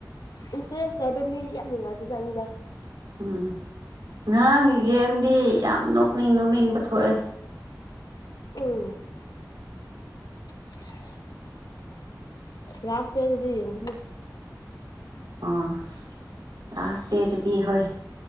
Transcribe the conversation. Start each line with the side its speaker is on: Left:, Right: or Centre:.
Left: ꯏꯟꯇꯔꯦꯁ ꯍꯥꯏꯕ ꯃꯤ ꯌꯥꯝ ꯅꯨꯡꯉꯥꯏꯕꯖꯥꯠꯅꯤꯗ
Right: ꯎꯝ ꯉꯔꯥꯡꯒꯤ ꯒꯦꯝꯗꯤ ꯌꯥꯝ ꯅꯣꯛꯅꯤꯡ ꯅꯣꯛꯅꯤꯡꯕ ꯊꯣꯛꯑꯦ
Left: ꯎꯝ <unintelligible> ꯂꯥꯁ ꯗꯦ ꯗꯗꯤ ꯌꯦꯡꯗꯨꯏꯅꯦ
Right: ꯑꯥ ꯂꯥꯁ ꯗꯦꯗꯗꯤ ꯍꯣꯏ